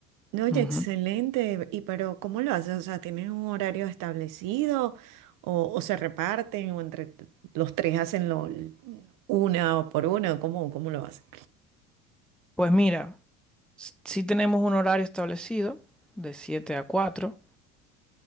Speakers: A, on the right (about 50°); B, in the centre.
A: No, oye,
B: Ujú.
A: excelente. ¿Y pero cómo lo haces? O sea, ¿tienen un horario establecido o, o se reparten o entre t- los tres hacen lo una por una? ¿Cómo, cómo lo hacen?
B: Pues mira, s- sí tenemos un horario establecido de 7 a 4